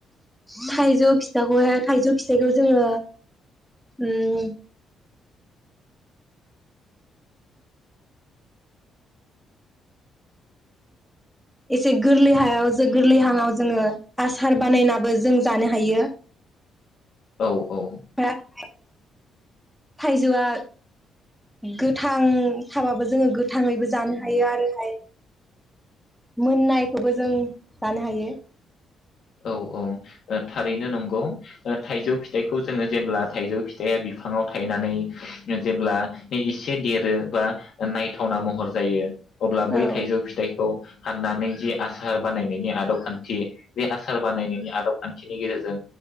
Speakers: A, in the centre; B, on the left.
A: थाइजौ फिथाखौहाय थाइजौ फिथाइखौ जोङो उम एसे गोरलै हायाव जो गोरलैहांआव जोङो आसार बानायनाबो जों जानो हायो।
B: औ। औ
A: <unintelligible> थाइजौआ गोथां थाबाबो जोङो गोथाङैबो जानो हायो आरोहाय मोननायखौबो जों जानो हायो।
B: औ औ ओ थारैनो नंगौ ओ थाइजौ फिथाइखौ जोङो जेब्ला थाइजौ फिथाइया बिफाङाव थायनानै जेब्ला एसे देरो बा नायथावना महर जायो अब्ला बै
A: औ
B: थाइजौ फिथाइखौ हाननानै जि आसार बानायनायनि आदब खान्थि बे आसार बानायनायनि आदब खान्थिनि गेजेरजों